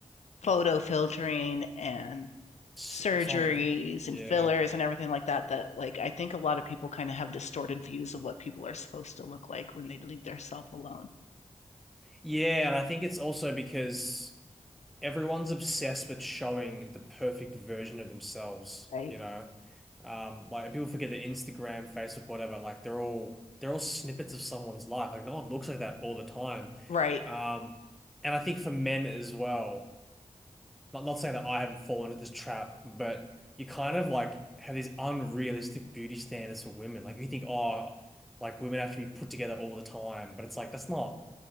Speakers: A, on the left; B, in the centre.
A: photo filtering and
B: it's,
A: surgeries
B: it's on. Yeah.
A: and fillers and everything like that that like I think a lot of people kind of have distorted views of what people are supposed to look like when they leave their self alone.
B: Yeah, and I think it's also because everyone's obsessed with showing the perfect version of themselves,
A: right?
B: you know? Um, like people forget that Instagram, Facebook, whatever, like they're all they're all snippets of someone's life. Like no one looks like that all the time.
A: Right.
B: Um, and I think for men as well, not not saying that I haven't fallen into this trap, but you kind of like have these unrealistic beauty standards for women. Like you think, oh, like women have to be put together all the time, but it's like that's not